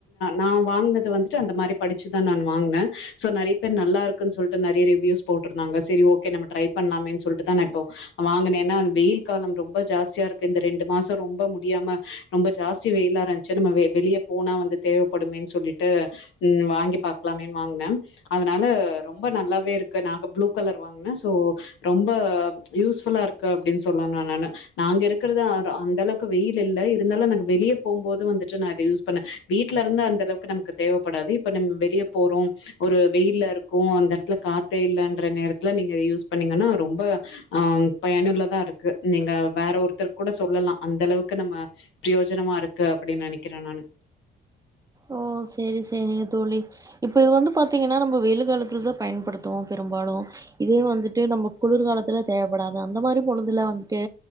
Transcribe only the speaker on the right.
ஓ சேரி சேரிங்க தோழி இப்ப இது வந்து பாத்தீங்கன்னா நம்ம வெயில் காலத்துலதா பயன்படுத்துவோ பெரும்பாலு இதே வந்துட்டு நம்ம குளிர்காலத்துல தேவைப்படாது அந்த மாதிரி பொழுதுல வந்துட்டு